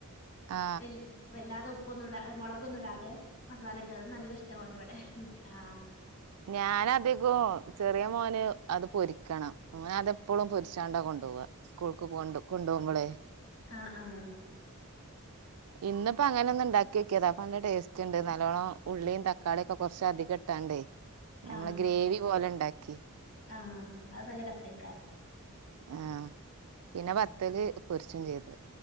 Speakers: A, on the right; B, on the left.
A: ആ
B: വൽ വല്ലാതെ ഉ ഉപ്പൊന്നും ഇട മുളകൊന്നും ഇടാതെ മസാല ഇട്ടത് നല്ല ഇഷ്ട ഓന് വടെ ആഹ്
A: ഞൻ അധികും ചെറിയ മോന് അത് പൊരിക്കണം ഓനതെപ്പഴും പൊരിച്ചാണ്ട കൊണ്ട്പോവാ സ്കൂൾക്ക് പോണ്ട് കൊണ്ടുപോകുമ്പളേ
B: ആ ആഹ്
A: ഇന്നിപ്പോ അങ്ങനെ ഒന്ന് ഇണ്ടാക്കി ഓക്കിയതാ അപ്പ നല്ല ടേസ്റ്റ് ഇണ്ട് നല്ലോണം ഉള്ളിം തക്കാളിം ഒക്കെ കൊറച്ച് അധികം ഇട്ടാണ്ടേ നമ്മള്
B: ആഹ്
A: ഗ്രേവി പോലെ ഇണ്ടാ ക്കി
B: ആഹ് അത് നല്ല രസേക്കാരം
A: ആ പിന്നെ ബത്തല് പൊരിച്ചും ചെയ്ത്